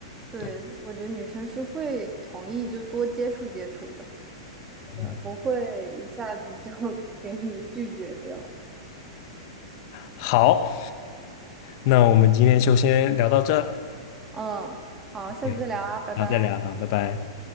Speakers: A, on the right (about 20°); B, on the left (about 50°).
A: 对，
B: 对，
A: 我觉得女生是会同意就多接触接触的，
B: 嗯，
A: 呃不会一下子就 <laughs> 给你拒绝掉。
B: 好，那我们今天就先聊到这
A: 嗯，好，
B: ，OK，
A: 下次再聊啊，拜拜。
B: 然后再聊哈，拜拜。